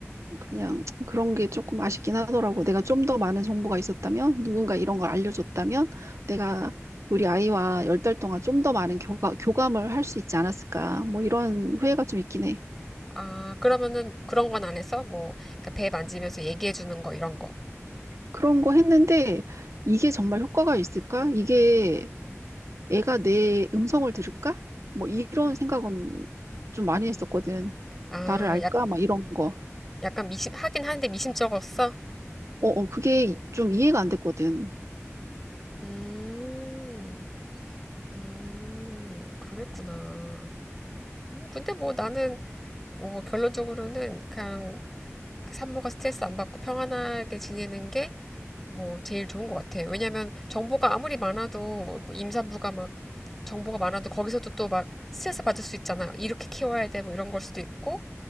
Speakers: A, on the right; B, in the centre.
A: 그냥 그런 게 조금 아쉽긴 하더라고. 내가 좀 더 많은 정보가 있었다면, 누군가 이런 걸 알려줬다면, 내가 우리 아이와 열 달 동안 좀 더 많은 교감, 교감을 할 수 있지 않았을까. 뭐 이런 후회가 좀 있긴 해.
B: 아, 그러면은 그런 건 안 했어? 뭐, 그러니까 배 만지면서 얘기해 주는 거, 이런 거.
A: 그런 거 했는데, 이게 정말 효과가 있을까? 이게 애가 내 음성을 들을까? 뭐 이런 생각은 좀 많이 했었거든.
B: 아,
A: 나를 알까?
B: 약,
A: 막 이런 거.
B: 약간 미심, 하긴 하는데 미심쩍었어?
A: 어, 어, 그게 좀 이해가 안 됐거든.
B: 음, 음, 그랬구나. 음, 근데 뭐 나는, 뭐 결론적으로는 그냥 산모가 스트레스 안 받고 평안하게 지내는 게 뭐 제일 좋은 것 같아. 왜냐면 하 정보가 아무리 많아도 뭐 임산부가 막 정보가 많아도 거기서도 또 막 스트레스 받을 수 있잖아. 이렇게 키워야 돼 뭐 이런 걸 수도 있고